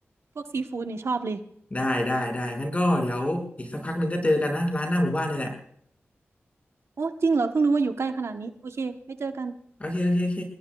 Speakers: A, on the right (about 75°); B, on the left (about 30°).
A: พวกซีฟู้ดนี่ชอบเลย
B: ได้ได้ได้งั้นก็เดี๋ยวอีกสักพักหนึ่งก็เจอกันนะร้านหน้าหมู่บ้านนี่แหละ
A: โอ้จริงเหรอเพิ่งรู้ว่าอยู่ใกล้ขนาดนี้โอเคไปเจอกัน
B: โอเคโอเคโอเค